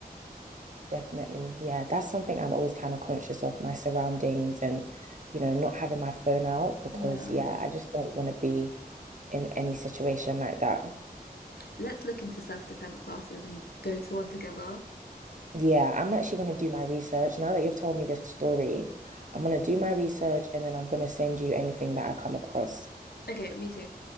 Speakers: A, on the right; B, on the left.
A: Definitely. Yeah, that's something I'm always kind of conscious of my surroundings and, you know, not having my phone out because,
B: Yeah.
A: yeah, I just don't want to be in any situation like that.
B: Let's look into self defense classes and go to one together.
A: Yeah, I'm actually going to do my research. Now that you've told me this story, I'm going to do my research and then I'm going to send you anything that I come across.
B: Okay, me too.